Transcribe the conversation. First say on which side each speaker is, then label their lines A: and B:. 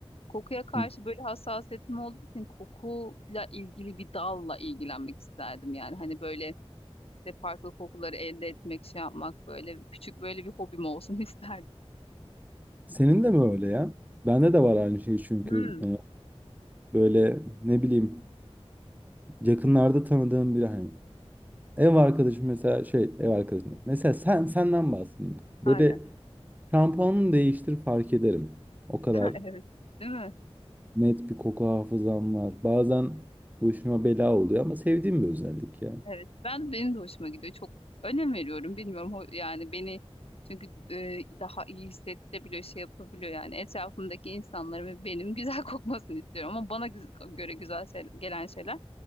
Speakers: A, on the left; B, on the right.
A: Kokuya karşı
B: Hı.
A: böyle hassasiyetim olduğu için kokuyla ilgili bir dalla ilgilenmek isterdim. Yani hani böyle işte farklı kokuları elde etmek, şey yapmak böyle küçük böyle bir hobim olsun <laughs> isterdim.
B: Senin de mi öyle ya? Bende de var aynı şey çünkü
A: Hmm,
B: e, böyle ne bileyim yakınlarda tanıdığım biri hani ev arkadaşım mesela şey ev arkadaşım mesela sen senden bahsedeyim.
A: aynen.
B: Böyle şampuanını değiştir fark ederim. O kadar
A: <laughs> Ha, Evet. Değil mi?
B: Net bir koku hafızam var. Bazen başıma bela oluyor ama sevdiğim bir özellik ya.
A: Evet. Ben benim de hoşuma gidiyor. Çok önem veriyorum. Bilmiyorum ho- yani beni çünkü e, daha iyi hissettirebiliyor, şey yapabiliyor yani etrafımdaki insanların ve benim güzel <laughs> kokmasını istiyorum ama bana güz- göre güzel şey- gelen şeyler